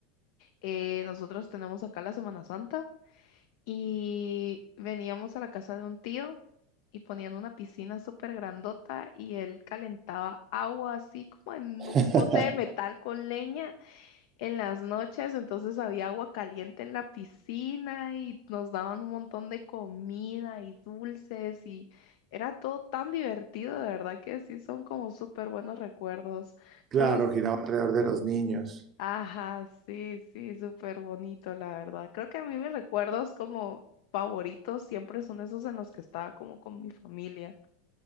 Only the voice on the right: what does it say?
<laughs>
claro,
giraba alrededor de los niños.